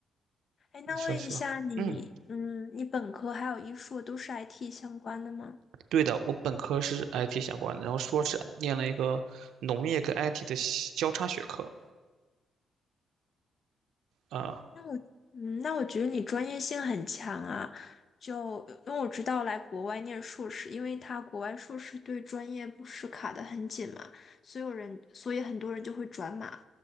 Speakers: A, on the left; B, on the right.
A: 哎，
B: 你说说，
A: 那问一下你，
B: 嗯，
A: 嗯，你本科还有一硕都是 IT 相关的吗？
B: 对的，我本科是 IT 相关的，然后硕士念了一个农业跟 IT 的交叉学科。啊、
A: 那我嗯，那我觉得你专业性很强啊。就因为我知道来国外念硕士，因为他国外硕士对专业不是卡得很紧嘛，所有人，所以很多人就会转码。